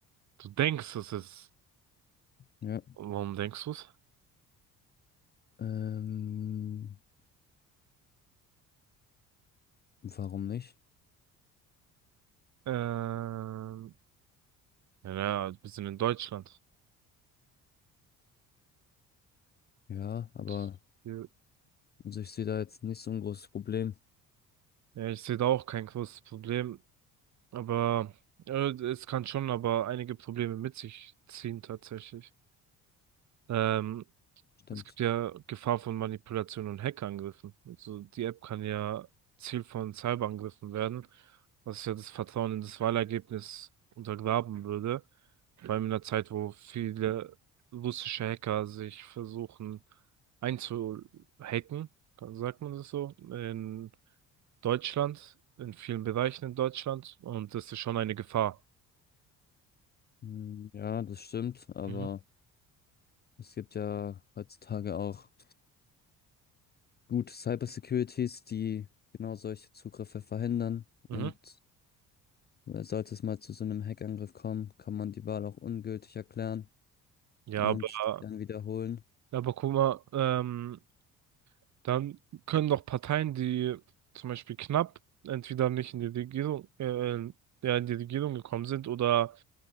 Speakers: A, on the right (about 40°); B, on the left (about 20°).
A: Du denkst, es ist.
B: Ja.
A: Warum denkst du es?
B: Ähm, warum nicht?
A: Ähm, ja, ja, wir sind in Deutschland.
B: Ja, aber
A: Und hier,
B: also ich sehe da jetzt nicht so ein großes Problem.
A: ja, ich sehe da auch kein großes Problem, aber äh, es kann schon aber einige Probleme mit sich ziehen tatsächlich. Ähm,
B: Stimmt.
A: Es gibt ja Gefahr von Manipulation und Hackerangriffen. Also die App kann ja Ziel von Cyberangriffen werden, was ja das Vertrauen in das Wahlergebnis untergraben würde. Vor allem in einer Zeit, wo viele russische Hacker sich versuchen einzuhacken, kann- sagt man das so, in Deutschland, in vielen Bereichen in Deutschland. Und das ist schon eine Gefahr.
B: Hm, ja, das stimmt, aber
A: Mhm.
B: es gibt ja heutzutage auch gute Cybersecurities, die genau solche Zugriffe verhindern und
A: Mhm.
B: äh, sollte es mal zu so einem Hackangriff kommen, kann man die Wahl auch ungültig erklären.
A: Ja,
B: und
A: aber,
B: die dann wiederholen.
A: aber guck mal, ähm, Dann können doch Parteien, die zum Beispiel knapp entweder nicht in die Regierung, äh, ja, in die Regierung gekommen sind oder